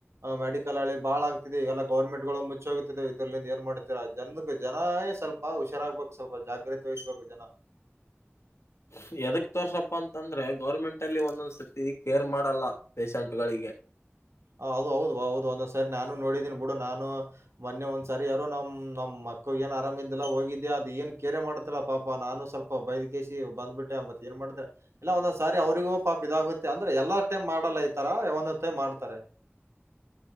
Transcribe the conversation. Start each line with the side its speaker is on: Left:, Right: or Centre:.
Right: ಮೆಡಿಕಲ್ ಅಲ್ಲಿ ಬಾಳ ಆಗ್ತಿದೆ ಇವೆಲ್ಲ ಗೌರ್ಮೆಂಟ್ ಗಳು ಮುಚ್ಚೋಗ ಏನ್ ಮಾಡ್ತೀರಾ ಜನ ಜನ ಸ್ವಲ್ಪ ಹುಷಾರಾಗ್ಬೇಕು ಸ್ವಲ್ಪ ಜಾಗ್ರತೆ ವಹಿಸ್ಬೇಕು ಜನ
Left: ಹ ಎದಕ್ ತೋರ್ಸಪ್ಪಾ ಅಂತಂದ್ರೆ ಗೌರ್ಮೆಂಟ್ ಅಲ್ಲಿ ಒಂದೊಂದ್ ಸತಿ ಕೇರ್ ಮಾಡಲ್ಲ ಪೇಶಂಟ್ಗಳಿಗೆ ಗೆ
Right: ಹ ಅದ ಹೌದು ಹೌದು ಒಂದೊಂದ್ ಸರಿ ನಾನು ನೋಡಿದೀನಿ ಬಿಡು ನಾನು ಮೊನ್ನೆ ಒಂದ್ ಸರಿ ಯಾರರು ನಮ್ ನಮ್ಮ್ ಅಕ್ಕ ಏನ್ ಆರಾಮ ಇದಿದ್ದಿಲ್ಲಾ ಹೋಗಿದ್ದಿ ಅದು ಏನ್ ಕ ಕೆರೆ ಮಾಡ್ತಲ್ಲಾ ಪಾಪಾ ನಾನು ಸ್ವಲ್ಪ ಬೈದ್ ಕೇಿ ಬಂದ್ಬಿಟ್ಟೆ ಮತ್ತೆ ಮಾಡಿದ್ರೆ ಇಲ್ಲ ಒಂದೊಂದ್ ಸಾರಿ ಅವರಿಗೂ ಪಾಪ ಇದಾಗುತ್ತೆ ಅಂದ್ರೆ ಎಲ್ಲ ಟೈಮ್ ಮಾಡಲ್ಲ ಇತಾರ ಒಂದ್ ಟೈ್ ಮಾಡ್ತಾರೆ